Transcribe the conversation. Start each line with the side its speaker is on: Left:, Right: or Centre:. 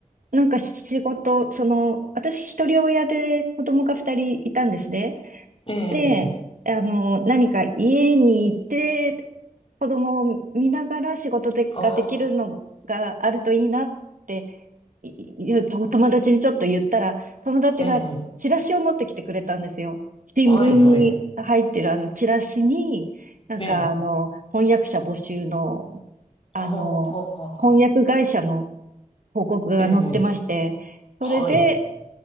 Right: なんか仕事、その、私一人親で子供が二人いたんですね。
Left: ええ、ええ。
Right: で、あの、何か家にいて子供を見ながら仕事でができるのがあるといいなって
Left: あ
Right: いいうと友達にちょっと言ったら、友達がチラシを持ってきてくれたんですよ。
Left: あ、ええ。
Right: 新聞に入ってるあのチラシに、
Left: はい、はい。
Right: なんかあの、
Left: ええ。
Right: 翻訳者募集の、
Left: はあ、
Right: あの、
Left: はあ、はあ。
Right: 翻訳会社の
Left: あ
Right: 広告が載ってまして、
Left: ええ、
Right: それで、
Left: はい。